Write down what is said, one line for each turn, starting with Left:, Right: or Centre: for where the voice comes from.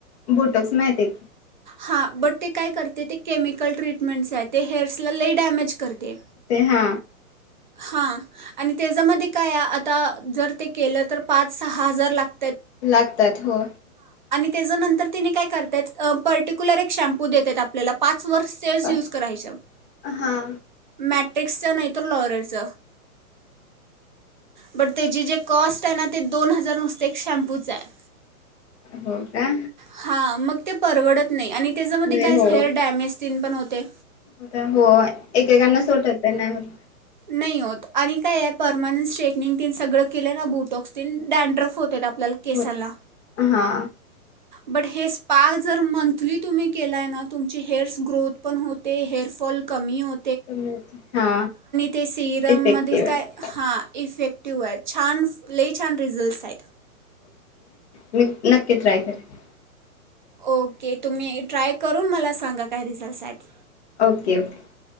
Left: बोटक्स माहीतय.
Right: हा, बट ते काय करते ते केमिकल ट्रीटमेंट्स आहे, ते हेअर्सला लई डॅमेज करते.
Left: ते हा.
Right: हां आणि त्याजमध्ये काय आता, जर ते केलं तर पाच सहा हजार लाग
Left: लागतात, हो.
Right: तेज नंतर तेनी काय करत्यात अ पर्टीकुलर एक शॅम्पू देत्यात आपल्याला पा वर्ष सेज
Left: बस
Right: यूज करायच
Left: हां
Right: मॅक एक्सा नाही त लॉरन्स बट त्याची जे कॉस्ट आहे ना ते दोन हजार नुसते एक शॅम्पूच आहे
Left: हो का
Right: हां मग ते परवडत नाही आणि त्याच्यामध्ये
Left: नाही
Right: काय
Left: हो
Right: हेअर डॅमेज तीन पण हो ते
Left: होता हो एकेकांना सुट होतंय नाय होत
Right: नही होत आणि काय आहे पर्मनंट स्ट्रेटनिंग तीन सगळं केलं ब्युटॉक्स स्टिंन डॅनड्रफ होतात आपल्याला केसाला
Left: होत हा
Right: बट हे स्पा जर मंथली तुम्ही केलाय ना तुमची हेअरस ग्रोथ पण होते हेअरफॉल कमी हो
Left: होते हा
Right: ते सिरममध्येच
Left: इफेक्टिव्ह
Right: काय
Left: आहे
Right: हां इफेक्ट ट्यू आहे छान लय छान रिझल्ट आहेत.
Left: नक नक्की ट्राय करेल
Right: ओके तुम्ही ट्राय करून मला सांगा काय रिझल्टस आहेत.
Left: ओके ओके